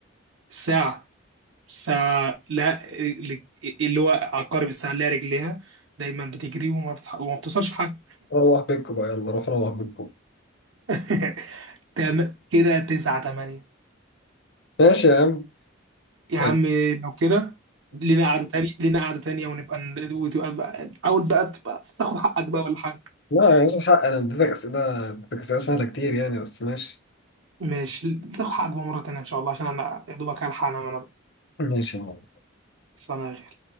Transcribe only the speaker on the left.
روح بيتكم بقى يلا روح روح بيتكم
ماشي يا عم
<laughs>
لا يا حق انا اديتك اسئله اديتك اسئله سهله كتير يعني بس ماشي
ماشي يا عم